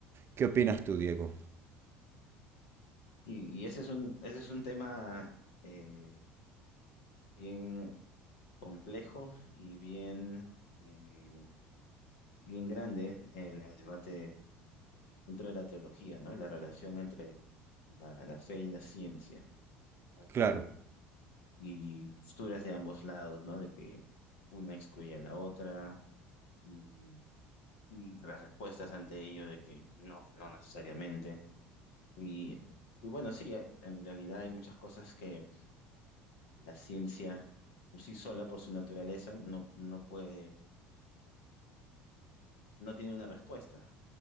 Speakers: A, on the right (about 40°); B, on the left (about 70°).
A: ¿Qué opinas tú, Diego?
B: Y, y ese es un, ese es un tema eh, bien complejo y bien, eh, bien grande en el debate dentro de la teología, ¿no? La relación entre la, la fe y la ciencia ¿no?
A: Claro,
B: y y posturas de ambos lados, ¿no? De que una excluye a la otra. y y las respuestas ante ello de que no, no necesariamente. Y, y bueno, sí, hay- en realidad hay muchas cosas que la ciencia por sí sola, por su naturaleza, no, no puede, no tiene una respuesta